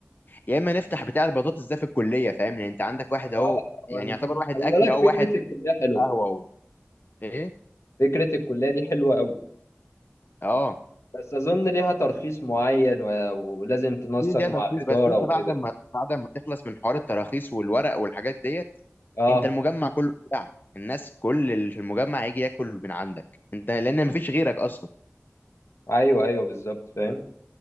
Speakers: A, on the left; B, on the left.
A: يا اما نفتح بتاع البطاطس ده في الكليه فاهم لان انت عندك واحد اهو
B: اه
A: يعني يعتبر واحد
B: خلي
A: اكل
B: بالك
A: اهو
B: فكره
A: واحد
B: الكليه حلوه
A: قهوه اهو ايه
B: فكرة الكلية دي حلوة قوي
A: اه
B: بس أظن ليها ترخيص معين و... ولازم تنسق
A: دي ده
B: مع
A: ترخيص
B: الإدارة
A: بس انت
B: وكده
A: بعد ما بعد ما تخلص من حوار التراخيص والورق والحاجات ديت
B: اه
A: انت المجمع كله بتاعك الناس كل اللي في المجمع هيجي ياكل من عندك انت لان مفيش غيرك اصلا
B: ايوه ايوه بالظبط فاهم